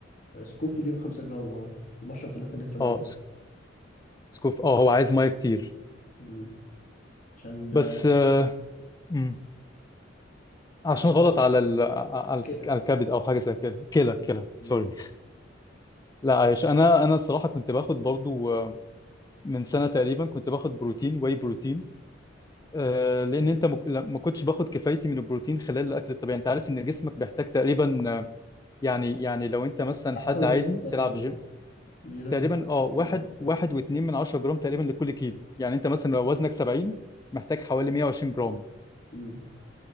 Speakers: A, on the left; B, on the left.
A: آه، سكوب في اليوم 5 جرام أه بشرب 3 لتر مية
B: اه س- سكوب اه هو عايز ميه كتير
A: مم. عشان
B: بس
A: آه،
B: آه، امم عشان
A: عشان
B: غلط
A: هو
B: على ال... على
A: كده
B: على الكبد او حاجه زي كده كلى كلى
A: مم.
B: سوري لا عايش انا انا الصراحه كنت باخد برضو آه، من سنه تقريبا كنت باخد بروتين واي بروتين آه، لان انت مك- لا- ما كنتش باخد كفايتي من البروتين خلال الاكل الطبيعي انت عارف ان جسمك بيحتاج تقريبا آه، يعني يعني لو انت مثلا
A: على
B: حد
A: حسب الطول
B: عادي
A: تقريبا
B: بتلعب جيم
A: بيراجع
B: تقريبا اه
A: الطول
B: واحد واحد واتنين من عشرة جرام تقريبا لكل كيلو يعني انت مثلا لو وزنك 70 محتاج حوالي 120 جرام
A: مم.